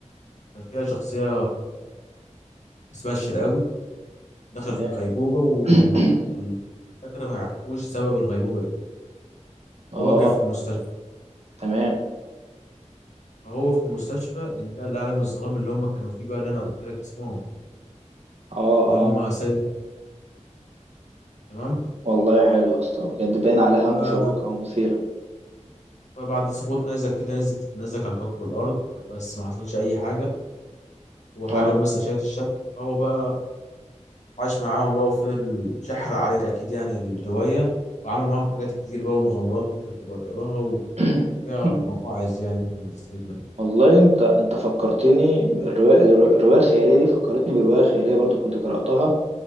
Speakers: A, on the left; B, on the right.
A: كان فيها شخصية اسمها الشرقاوي دخل
B: تمام
A: في غيبوبة وال...
B: <clears throat>
A: والدكاترة ما يعرفوش سبب الغيبوبة ايه
B: اه
A: وهو كان في المستشفى
B: تمام
A: فهو في المستشفى انتقل لعالم الظلام اللي هم كانوا فيه بقى اللي انا قلت لك اسمهم
B: اه
A: اللي
B: اه
A: هم سالم تمام
B: والله حلو يا اسطى بجد باين عليها
A: ف-
B: مشوقة ومثيرة
A: فبعد سقوط نيزك كده نزل نيزك على كوكب الأرض بس ما حصلش أي حاجة وحاجة
B: اه
A: بس أشعة الشمس فهو بقى عاش معاهم بقى وفضل شحر عليك أكيد يعني الرواية وعمل معاهم حاجات كتير بقى ومغامرات ممكن تبقى تقراها
B: <clears throat>
A: وفيها مواعظ يعني ممكن تستفيد منها
B: والله انت انت فكرتني الرواية الرواية الخيالية دي فكرتني برواية خيالية برضو كنت قرأتها